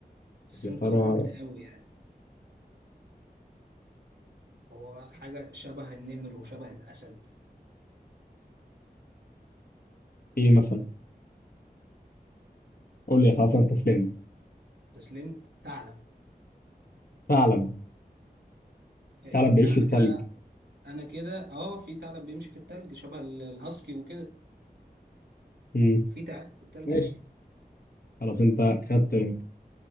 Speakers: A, on the right (about 85°); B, on the left (about 65°).
A: بس
B: طب يا
A: انت
B: ترى
A: قربت قوي يعني هو حاجة شبه النمر وشبه الأسد
B: ايه مثلا قول لي خلاص انا استسلمت
A: استسلمت ثعلب
B: ثعلب
A: آه،
B: ثعلب بيعيش
A: يعني
B: في
A: انا
B: الثلج
A: كده انا كده اه في ثعلب بيمشي في الثلج شبه ال- الهاسكي وكده
B: امم
A: في ثعالب في الثلج
B: ماشي
A: عادي
B: خلاص انت خدت نقطة